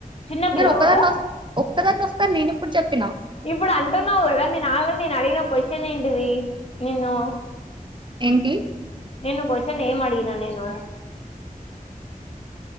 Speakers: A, on the left (about 45°); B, on the right (about 35°).
A: చిన్న
B: నేను
A: పిల్లవు
B: ఒకదానే
A: కదా
B: వస్త ఒక్కదా వస్తాను నేను ఇప్పుడు జ నా
A: ఇప్పుడు అంటున్నావు కదా నే <unintelligible> నేను అడిగిన క్వశ్చన్ ఏంటి నిను
B: ఏంటి
A: నిను క్యూసెక్కుల ఏం అడిగినా నేను